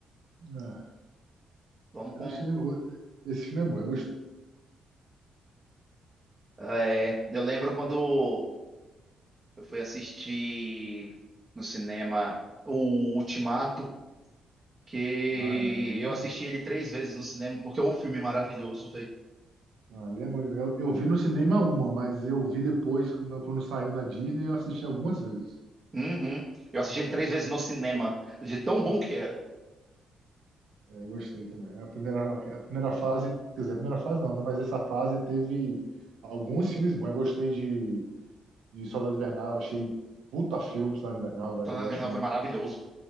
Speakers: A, on the right (about 75°); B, on the right (about 30°).
A: É,
B: Vamos
A: eu
B: com.
A: achei, o- esse filme é bom, eu gostei.
B: é, eu lembro quando eu fui assistir no cinema o Ultimato, que
A: Ah, ali,
B: eu
A: é-
B: assisti ele três vezes no cinema, porque é um filme maravilhoso, velho.
A: ali é bom. Eu, eu vi no cinema uma, mas eu vi depois, quando quando saiu na Disney, eu assisti algumas vezes.
B: Uhum. Eu assisti ele três vezes no cinema, de tão bom que era.
A: É, Eu gostei também. A primeira, a primeira fase, quer dizer, a primeira fase não, né? Mas essa fase teve alguns filmes bons. Eu gostei de, de Soldado Invernal, achei puta filme Soldado Invernal, velho.
B: Então,
A: Eu
B: na verdade,
A: acho,
B: foi maravilhoso.